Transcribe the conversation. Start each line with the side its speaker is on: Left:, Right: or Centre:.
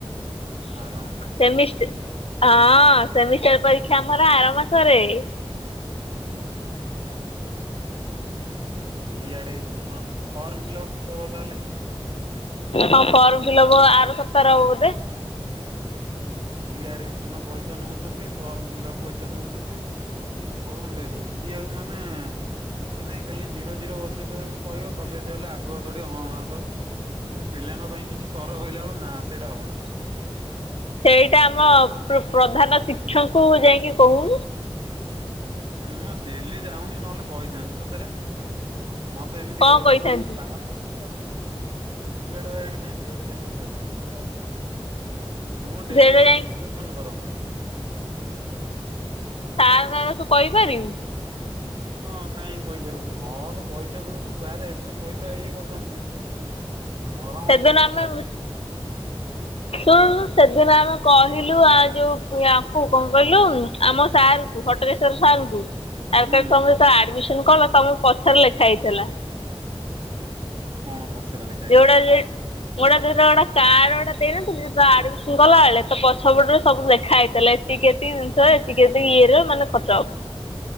Right: ଆର ମାସରେ
Left: ସେମିଷ୍ଟ ହଁ ସେମିଷ୍ଟର ପରୀକ୍ଷା ଆମର ଆର ମାସରେ।
Right: ରି ଆଡ଼ମିଶନ ଫର୍ମ ଫିଲ ଅପ୍ କେବେ ହବ ତାହେଲେ?
Left: ହଁ ଫର୍ମ ଫିଲ ଅପ୍ ଆର ସପ୍ତାହରେ ହବ ବୋଧେ।
Right: ରି ଆଡ଼ମିଶନ ପଇସା ନଉଚନ୍ତି ଫର୍ମ ଫିଲ ଅପ୍ ପଇସା ନଉଚନ୍ତି। ଏ କଣ ବେ ଲୁଟିଆକୁ ମାନେ କିଛି ନାହିଁ ଖାଲି ଜିରୋ ଜିରୋ ବସେଇଦବାକୁ କହିବ କଲେଜ ଗଲେ ଆଗ ତଡି ହଁ ମାରିଦବ। କିନ୍ତୁ ପିଲାଙ୍କ ପାଇଁ କିଛି କର କହିଲା ବେଳୁ ନା ସେଇଟା ହବନି।
Left: ସେଇଟା ଆମ ପ୍ର ପ୍ରଧାନ ଶିକ୍ଷଙ୍କୁ ଯାଇକି କହୁ।
Right: ମୁଁ ଡେଲି ଯାଉନି ନହେଲେ କହିଥାନ୍ତି, ସତରେ। ମତେ ଏମିତି
Left: କଣ
Right: କହିବେ
Left: କହିଥାନ୍ତି
Right: ତୁ <unintelligible> ଟଏଲେଟ୍ ଭାଇ ଏଇଠି ନାହିଁ ଯୁଆଡ଼େ ଯାଏଁ ମୁଁ ସିଆଡେ। ମୁଁ ଡେଲି
Left: ସେଇଟା
Right: ଯାଇଁକି
Left: ଯାଇକି
Right: ଟିଉସନ୍ କରନ୍ତୁ।
Left: ସାର ଙ୍କ ଆଗରେ ତୁ କଇପାରିବୁ।
Right: ହଁ କାହିଁକି କହିପାରିବୁନୁ ହକ୍ ପଇସା ଦଉଚୁ ସାର୍ ଏତେ ପଇସା ଇଏ କରୁଚନ୍ତି। ଧରମ
Left: ସେଦିନ
Right: ସହିବ
Left: ଆମେ
Right: ତମକୁ।
Left: ଶୁଣୁନୁ ସେଦିନ ଆମେ କହିଲୁ ଆ ଯୋଉ ୟାଙ୍କୁ କଣ କହିଲୁ ଆମ ସାର୍ ଙ୍କୁ ହଟକେଶ୍ଵର ସାରଙ୍କୁ ଆମେ
Right: ହୁଁ
Left: କହିଲୁ ତମେ ଯେତେବେଳେ ଆଡ଼ମିଶନ କଲ ତମ ପଛରେ ଲେଖା ହେଇଥିଲା।
Right: କଣ ପଛରେ ଲେ
Left: <unintelligible> ଗୋଟା ଦେଇନଥିଲେ ଯେତେବେଳେ ଆଡ଼ମିଶନ କଲା ବେଳେ ତ ପଛପଟରେ ସବୁ ଲେଖା ହେଇଥିଲା ଏତିକି ଏତିକି ଏତିକି ଏତିକି ଇଏର ମାନେ ଖର୍ଚ୍ଚ ହବ।